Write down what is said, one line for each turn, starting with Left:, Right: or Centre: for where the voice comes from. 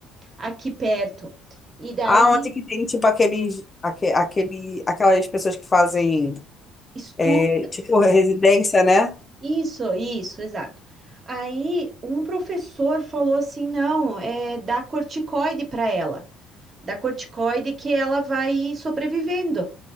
Right: aqui perto. E daí
Left: Ah, onde que tem, tipo, aqueles, aque, aquele, aquelas pessoas que fazem,
Right: estudo,
Left: é, tipo, residência, né?
Right: isso, isso, exato. Aí um professor falou assim: não, é dá corticoide para ela. Dá corticoide que ela vai sobrevivendo.